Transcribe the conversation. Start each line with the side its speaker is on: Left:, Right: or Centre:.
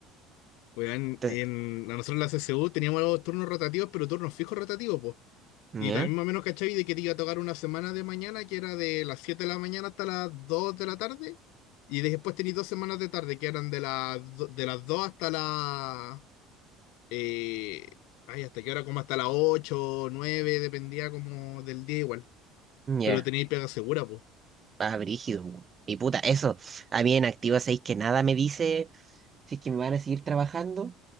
Left: Weón,
Right: Entonces,
Left: en, a nosotros en la CCU teníamos los turnos rotativos, pero turnos fijos rotativos, pues.
Right: ya,
Left: Y también más o menos cachai de que te iba a tocar una semana de mañana que era de las 7 de la mañana hasta las dos de la tarde. Y después tenéis dos semanas de tarde que eran de las, do- de las 2 hasta las... eh, ay, ¿hasta qué hora? Como hasta las ocho nueve dependía como del día igual.
Right: ya,
Left: Pero tenéis pega segura, pues.
Right: ah, brígido. po. Y puta, eso, a mí en activo sabéis que nada me dice si es que me van a seguir trabajando